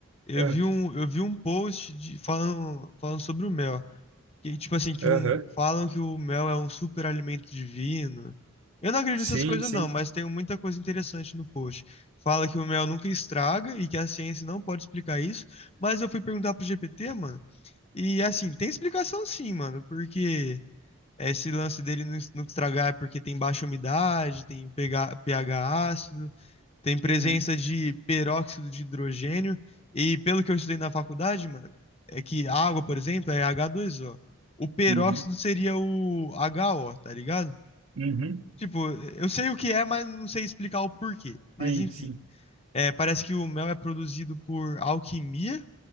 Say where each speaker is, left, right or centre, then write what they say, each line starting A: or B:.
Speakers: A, on the left; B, on the right.
A: Eu
B: ah,
A: vi um, eu vi um post de, falando, falando sobre o mel. Que, tipo assim, que
B: Aham.
A: o- falam que o mel é um super alimento divino. Eu não acredito
B: Sim,
A: nessas coisas,
B: sim.
A: não, mas tem muita coisa interessante no post. Fala que o mel nunca estraga e que a ciência não pode explicar isso. Mas eu fui perguntar pro GPT, mano, e assim, tem explicação sim, mano, porque esse lance dele não es- nunca estragar é porque tem baixa umidade, tem pH, pH ácido, tem presença
B: Uhum.
A: de peróxido de hidrogênio. E pelo que eu estudei na faculdade, mano, é que a água, por exemplo, é H2O. O peróxido
B: Uhum.
A: seria o HO, tá ligado?
B: Uhum.
A: Tipo, eu sei o que é, mas não sei explicar o porquê. Mas
B: Sim,
A: enfim,
B: sim.
A: é, parece que o mel é produzido por alquimia.